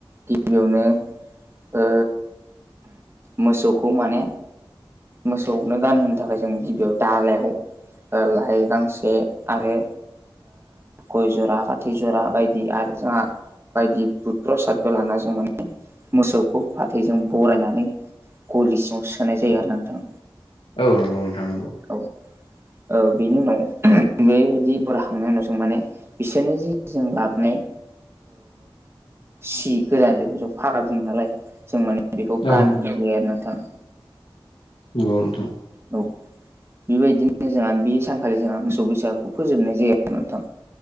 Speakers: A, on the right; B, on the left.
A: गिबियावनो ओ मोसौखौ माने मोसौनो गानहोनो थाखाय जों गिबियाव दालायाव लाइ गांसे आरो गय जरा फाथै जरा बायदि आरो जोंहा बायदि बुट प्रसादबो लाना जों माने मोसौखौ फाथैजों बरायनानै गलि सिङाव सोनाय जायो आरोना नोंथां
B: औ नंगौ नोंथां नंगौ
A: औ औ बेनि उनाव बेबायदि बराय खांनाय उनाव जों माने बिसोरनि जि जों लाबोनाय सि गोदान जायखौ जों फागा बुङो नालाय जों माने बेखौ
B: औ
A: गानहोनाय जायो आरोना नोंथां
B: नंगौ नोंथां
A: औ बेबायदिनो जोंहा बे सानखालि जोंहा मोसौ बैसागुखौ फोजोबनाय जायो आरो नोंथां